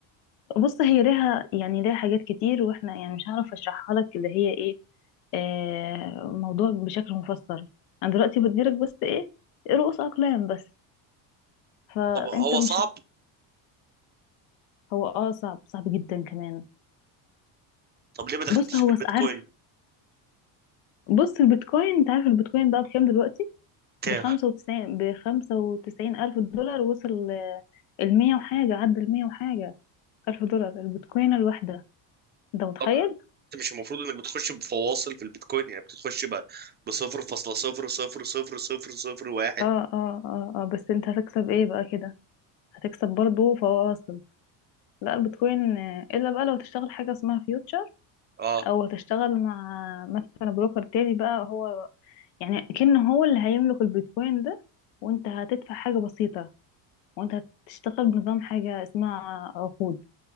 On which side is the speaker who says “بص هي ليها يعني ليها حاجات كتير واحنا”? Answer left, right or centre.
Left